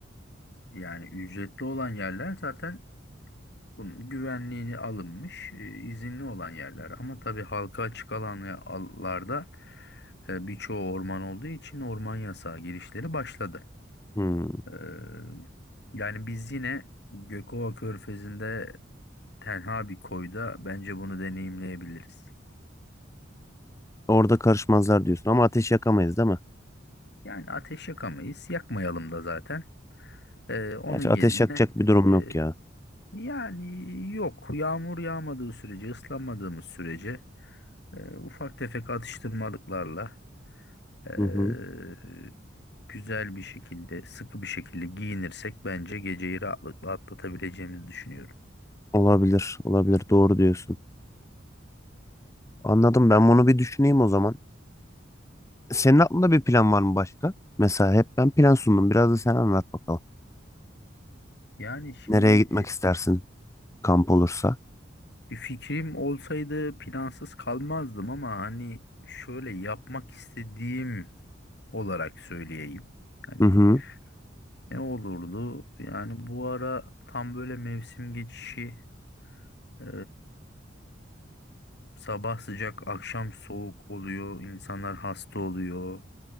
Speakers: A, on the left; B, on the left.
A: Yani ücretli olan yerler zaten bunun güvenliğini alınmış, e, izinli olan yerler. Ama tabii halka açık alanlarda e, birçoğu orman olduğu için orman yasağı girişleri başladı.
B: Hmm.
A: Ee, yani biz yine Gökova Körfezi'nde tenha bir koyda bence bunu deneyimleyebiliriz.
B: Orada karışmazlar diyorsun ama ateş yakamayız değil mi?
A: Yani ateş yakamayız, yakmayalım da zaten. Ee, onun
B: Gerçi
A: yerine
B: ateş yakacak bir durum
A: e,
B: yok ya.
A: yani yok yağmur yağmadığı sürece, ıslanmadığımız sürece. Ee, ufak tefek atıştırmalıklarla ee,
B: Hı hı.
A: güzel bir şekilde, sıkı bir şekilde giyinirsek bence geceyi rahatlıkla atlatabileceğimizi düşünüyorum.
B: Olabilir, olabilir. Doğru diyorsun. Anladım.
A: Evet.
B: Ben bunu bir düşüneyim o zaman. Senin aklında bir plan var mı başka? Mesela hep ben plan sundum. Biraz da sen anlat bakalım.
A: Yani şimdi
B: Nereye
A: e,
B: gitmek istersin kamp olursa?
A: bir fikrim olsaydı plansız kalmazdım ama hani şöyle yapmak istediğim olarak söyleyeyim. Hani
B: Hı hı.
A: ne olurdu? Yani bu ara tam böyle mevsim geçişi e, Sabah sıcak, akşam soğuk oluyor. İnsanlar hasta oluyor.